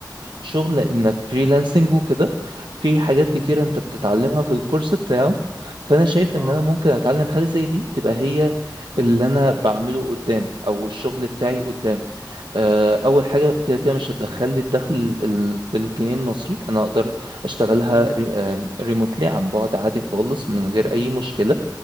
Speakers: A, on the right; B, on the right.
A: كشغل انك فريلانسنج وكده في حاجات
B: مم.
A: كتيره انت بتتعلمها في الكورس بتاعه فانا شايف
B: اه
A: ان انا ممكن اتعلم حاجه زي دي تبقى هي اللي انا بعمله قدام او الشغل بتاعي قدام آه، اول حاجه كده كده مش هتدخل لي الدخل ال- ال- بالجنيه المصري انا اقدر اشتغلها
B: مم.
A: ريموتلي عن بعد عادي خالص من غير
B: مم.
A: اي مشكله